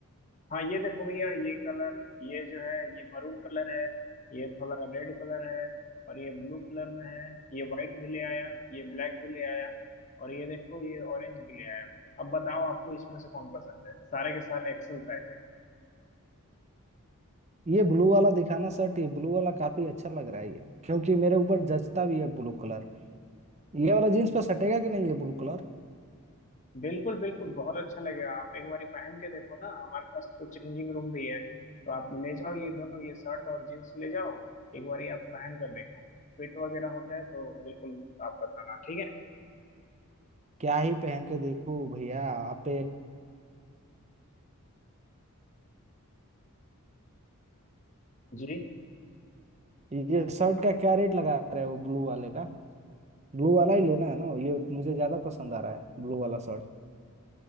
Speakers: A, on the left (about 35°); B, on the right (about 30°).
A: हाँ ये देखो भैया ये कलर ये जो है ये मरून कलर है ये थोड़ा रेड कलर है और ये ब्लू कलर में है ये वाइट भी ले आया ये ब्लैक भी ले आया और ये देखो ये ऑरेंज भी ले आया अब बताओ आपको इसमें से कौन पसंद है सारे के सारे एक्सेल साइज
B: ये ब्लू वाला दिखाना शर्ट ये ब्लू वाला काफी अच्छा लग रहा है ये क्योंकि मेरे ऊपर जचता भी है ब्लू कलर ये वाला जीन्स पे सटेगा कि नहीं ये ब्लू कलर
A: बिल्कुल बिल्कुल बहुत अच्छा लगेगा आप एक बार पहन के देखो ना हमारे पास तो चेंजिंग रूम भी है तो आप ले जाओ ये दोनों ये शर्ट और जीन्स ले जाओ एक बार आप पहन कर देखो फिट वगैरह हो जाए तो बिल्कुल आप बताना ठीक है
B: क्या ही पहन के देखूं भैया आप पे
A: जी
B: ये शर्ट का क्या रेट लगा रहे हो ब्लू वाले का ब्लू वाला ही लेना है ना ये मुझे ज्यादा पसंद आ रहा है ब्लू वाला शर्ट